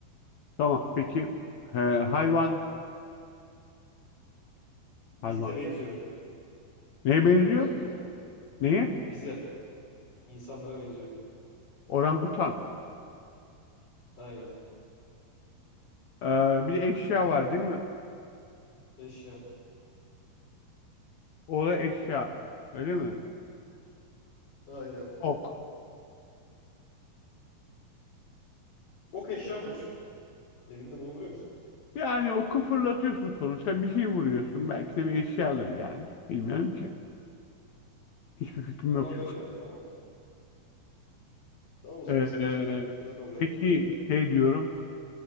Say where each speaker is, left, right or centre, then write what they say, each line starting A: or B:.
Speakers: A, on the left; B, on the left.
A: Tamam peki. Ee, hayvan.
B: Bize
A: Hayvan.
B: benziyor.
A: Neye benziyor?
B: Öyle söyleyeyim sana.
A: Neye?
B: Bize. İnsanlara benziyor.
A: Orangutan.
B: Aynen.
A: Ee, bir de eşya
B: Tamam.
A: var değil mi?
B: Eşya.
A: O da eşya. Öyle mi?
B: Aynen.
A: Ok.
B: Ok eşya mıdır? Evinde bulunduruyor musun?
A: Yani oku fırlatıyorsun sonuçta bir şey vuruyorsun. Belki de bir eşyadır yani. Bilmiyorum ki. Hiçbir fikrim
B: Olabilir
A: yok.
B: ya. Tamam. Tamam o zaman
A: Ee,
B: senin için oku da kabul ettim
A: peki
B: ya.
A: şey diyorum.